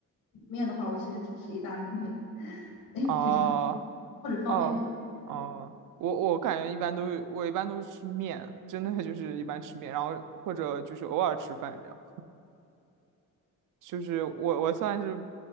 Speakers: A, on the left; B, on the right.
A: 面的话，我其实只吃意大利面，<laughs> 哎，
B: 哦
A: 比较或者方便面，
B: 哦哦，
A: 对，
B: 我我感觉一般都是我一般都是吃面，真的就是一般吃面，然后或者就是偶尔吃饭这样。就是我我算是